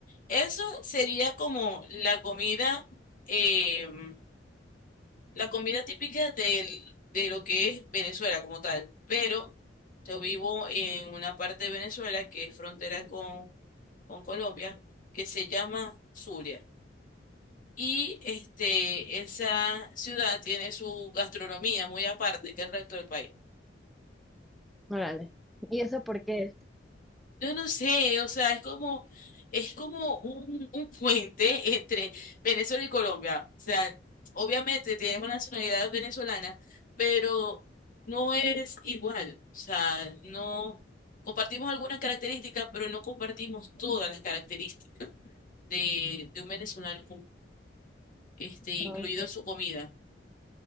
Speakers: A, on the left; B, in the centre.
A: Eso sería como la comida, em, la comida típica del- de lo que es Venezuela como tal. Pero yo vivo en una parte de Venezuela que es frontera con, con Colombia, que se llama Zulia. Y este, esa ciudad tiene su gastronomía muy aparte que el resto del país.
B: Órale. ¿Y eso por qué es?
A: Yo no sé, o sea, es como, es como un, un puente entre Venezuela y Colombia. O sea, obviamente tenemos nacionalidad venezolana, pero no es igual. O sea, no compartimos algunas características, pero no compartimos todas las características de, de un venezolano, este, incluido
B: Ah, ok.
A: su comida.